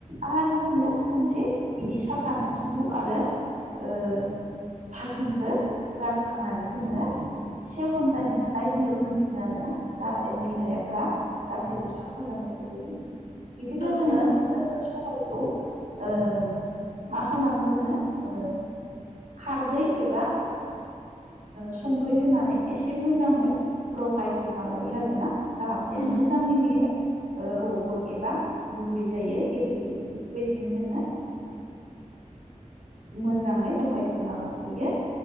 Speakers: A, on the right (about 85°); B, on the left (about 85°).
A: आरो जोंङो खनसे बिदि साफानो खिबु आरो ओ थाखोनखौ गारखांनानै जोंङो से घन्टानि थाखाय दैयाव दोनफिनो आरो ना। जाहाथे मैलायाफ गासैबो साफा जानायफोरबायदि बिदिनो
B: औ
A: जोंङो
B: औ
A: सबायखौ ओ मा खालामो जोंङो ओ खारदै एबा संख्रि होनानै एसे मोजांङै रहायग्रो श लायो आरोना जाहाथे
B: उम
A: मोजांङै
B: उम
A: बियो ओ र'बो एबा बुरै जायो गेब्लेयो बेफोरबायदिनो जोंङो मोजाङै रहायग्रोना लाहैयो।